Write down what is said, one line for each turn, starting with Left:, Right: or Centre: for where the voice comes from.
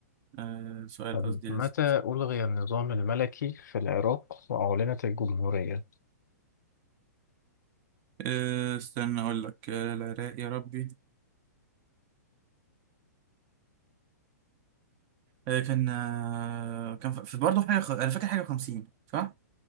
Right: آه سؤال
Left: طب
Right: قصدي
Left: متى
Right: لذيذ
Left: ألغي النظام الملكي في العراق وأعلنت الجمهورية؟
Right: آه استنى أقول لك آه العراق يا ربي آه كان آه كان ف- في برضه حاجة خ... أنا فاكر حاجة خمسين صح؟